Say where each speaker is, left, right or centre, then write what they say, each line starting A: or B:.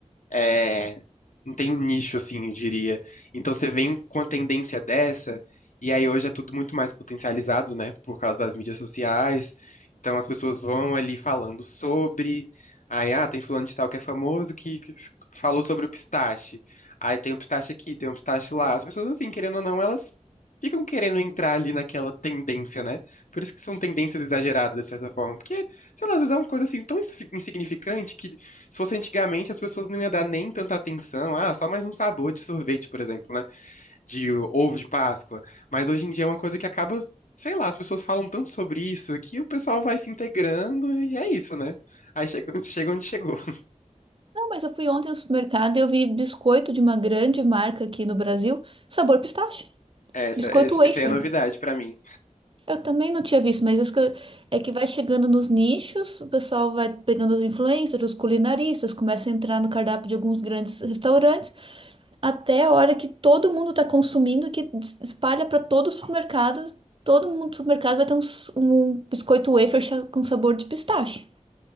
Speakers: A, on the left; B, on the right.
A: é, não tem um nicho, assim, eu diria. Então você vem com a tendência dessa, e aí hoje é tudo muito mais potencializado, né? Por causa das mídias sociais. Então as pessoas vão ali falando sobre. Aí, ah, tem fulano de tal que é famoso que que falou sobre o pistache. Aí tem um pistache aqui, tem um pistache lá. As pessoas, assim, querendo ou não, elas ficam querendo entrar ali naquela tendência, né? Por isso que são tendências exageradas, de certa forma. Porque, sei lá, às vezes é uma coisa assim tão insi- insignificante que se fosse antigamente, as pessoas não iam dar nem tanta atenção. Ah, só mais um sabor de sorvete, por exemplo, né? De ovo de Páscoa. Mas hoje em dia é uma coisa que acaba, sei lá, as pessoas falam tanto sobre isso que o pessoal vai se integrando e é isso, né? Aí chega, <laughs> chega onde chegou. <laughs>
B: Não, mas eu fui ontem no supermercado e eu vi biscoito de uma grande marca aqui no Brasil, sabor pistache,
A: É, Essa,
B: biscoito
A: essa
B: wafer.
A: aí é a novidade pra mim.
B: Eu também não tinha visto, mas isso que eu- é que vai chegando nos nichos, o pessoal vai pegando os influencers, os culinaristas, começa a entrar no cardápio de alguns grandes restaurantes, até a hora que todo mundo está consumindo, que des- espalha para todo o supermercado, todo mundo do supermercado vai ter um, s- um biscoito wafer cha- com sabor de pistache.